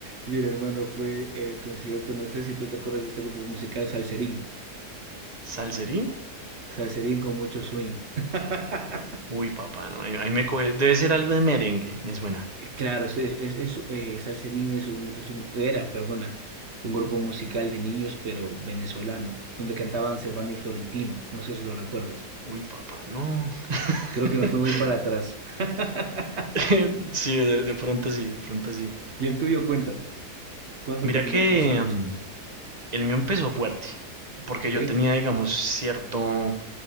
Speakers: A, on the right; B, on the right.
A: Mira, hermano, fue el concierto. No sé si tú te acuerdas de este grupo musical, Salserín.
B: ¿Salserí?
A: Salserín con mucho swing. <laughs>
B: Uy, papá, no, ahí, ahí me coge. Debe ser algo de merengue, me suena.
A: Claro, es, es, es- eh, Salserín es un, es un, era, perdona, un grupo musical de niños, pero venezolano, donde cantaban Servando y Florentino. No sé si lo recuerdas.
B: Uy, papá, no. <laughs>
A: Creo que me fui muy para atrás. <laughs>
B: <laughs> Sí, de, de pronto sí, de pronto sí.
A: Y el tuyo, cuéntame, ¿cuál fue
B: Mira
A: tu primer
B: que
A: concierto?
B: mm, el mío empezó fuerte, porque
A: ¿Ok?
B: yo tenía, digamos, cierto